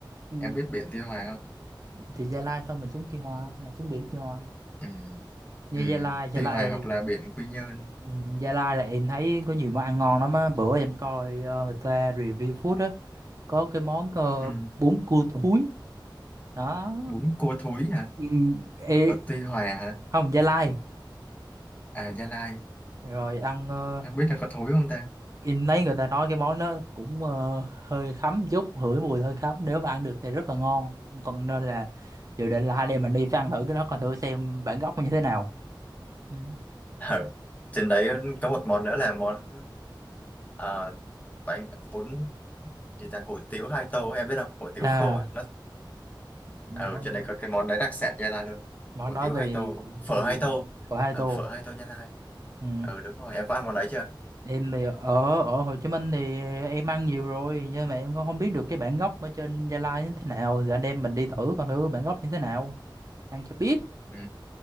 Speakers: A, on the right (about 45°); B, on the left (about 20°).
A: ừ,
B: em biết biển Tuy Hòa không
A: thì Gia Lai xong mình xuống Tuy Hòa là xuống biển Tuy Hòa
B: ừ.
A: như
B: Ừ.
A: Gia Lai Gia
B: Tuy
A: Lai
B: Hòa hoặc là biển Quy Nhơn
A: ừ, Gia Lai là em thấy có nhiều món ăn ngon lắm á bữa em coi ờ, người ta review food á có cái món ờ,
B: ừ.
A: bún cua thúi đó
B: bún cua thúi hả
A: ừ, ê,
B: ở Tuy Hòa hả
A: không Gia Lai
B: à Gia Lai
A: rồi ăn ờ,
B: em biết là có thúi không ta
A: em thấy người ta nói cái món đó cũng ờ, hơi khắm chút hửi mùi hơi khắm nếu mà ăn được thì rất là ngon còn nên là dự định là hai anh em mình đi phải ăn thử cái đó coi thử xem bản gốc nó như thế nào ừ.
B: Ừ. Trên đấy có một món nữa là món à, bánh bún gì ta hủ tiếu hai tô em biết không hủ tiếu
A: à
B: khô ấy. Nó
A: món,
B: ở trên này có cái món đấy đặc sản Gia Lai luôn
A: món
B: hủ
A: đó
B: tiếu
A: thì
B: hai tô phở
A: thì
B: hai tô
A: của hai
B: ừ
A: tô
B: phở hai tô Gia Lai
A: ừ.
B: ừ đúng rồi em có ăn món đấy chưa
A: em thì ở ở Hồ Chí Minh thì em ăn nhiều rồi nhưng mà em cũng không biết được cái bản gốc ở trên Gia Lai như thế nào thì anh em mình đi thử coi thử bản gốc như thế nào ăn cho biết
B: ừ